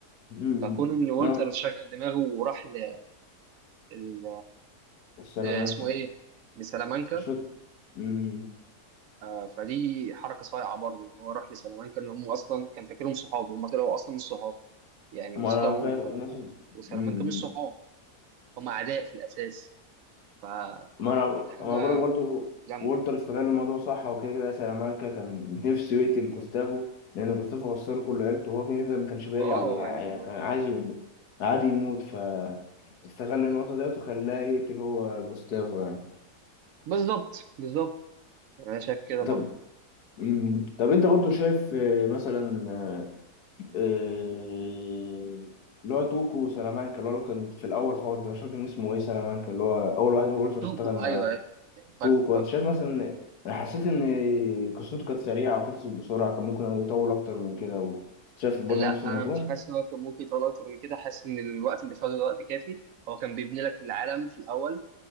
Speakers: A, on the left (about 85°); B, on the right (about 70°).
A: أمم.
B: فكون ان والتر
A: وانا
B: شغل دماغه وراح ل... ل...
A: السلامانكا
B: ل... اسمه ايه لسلامانكا
A: مش فاكر أمم.
B: آه فدي حركه صايعه برضه ان هو راح لسلامانكا ان هم اصلا كان فاكرهم صحاب هم طلعوا اصلا مش صحاب يعني
A: ما
B: جوستافو
A: انا فاهم
B: و-
A: نفسي
B: وسلامانكا
A: أمم.
B: مش صحاب هم اعداء في الاساس فكانت
A: ما انا
B: حاجه
A: ما بقولك برضو
B: جامده
A: وولتر استغل الموضوع صح وكده كده سلامانكا كان نفسه يقتل
B: بالظبط
A: جوستافو لان جوستافو خسر كل عيلته وهو كده كده ما كانش باقي
B: اه
A: على يعني
B: يعني
A: كان عايز يب- عادي يموت فاستغل النقطة ديت وخلاه يقتل هو جوستافو يعني
B: بالظبط بالظبط انا شايف كده برضه
A: طب مم. طب انت برضو شايف آه، مثلا آه، آه، اللي هو توكو سلامانكا اللي هو كان في الاول خالص انا مش فاكر كان اسمه ايه سلامانكا اللي هو اول واحد وولفر
B: توكو
A: اشتغل معاه
B: ايوه ايوه فاكو
A: توكو
B: فاكو
A: انت شايف مثلا انا حسيت ان قصته كانت سريعه وخلصت بسرعه كان ممكن يطول اكتر من كده و- شايف برضو
B: لا
A: نفس الموضوع
B: انا مش حاسس ان هو كان ممكن يطلع اكتر من كده حاسس ان الوقت اللي خده ده وقت كافي هو كان بيبني لك العالم في الاول